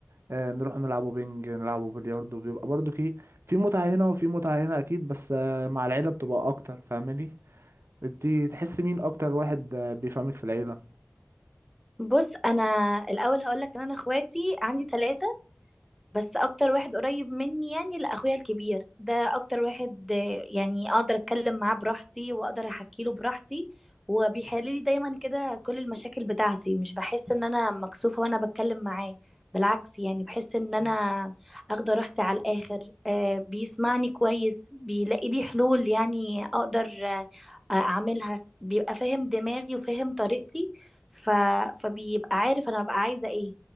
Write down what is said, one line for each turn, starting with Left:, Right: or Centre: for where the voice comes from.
Right: آه، نروح نلعبوا بينج نلعبوا بلياردو بيبقى برضو كي في متعة هنا وفي متعة هنا أكيد بس آه، مع العيلة بتبقى أكتر فاهماني انت تحس مين أكتر واحد آه، بيفهمك في العيلة
Centre: بص انا الاول هقولك ان انا اخواتي عندي ثلاثه بس اكتر واحد قريب مني يعني لاخويا الكبير ده اكتر واحد آه، يعني اقدر اتكلم معاه براحتي واقدر احكي له براحتي وبيحل لي دايما كده كل المشاكل بتاعتي مش بحس ان انا مكسوفة وانا بتكلم معاه بالعكس يعني بحس ان انا اخده راحتي على الاخر آه، بيسمعني كويس بيلاقي لي حلول يعني اقدر آه، آه، اعملها بيبقى فاهم دماغي وفاهم طريقتي ف... فبيبقى عارف انا ببقى عايزة ايه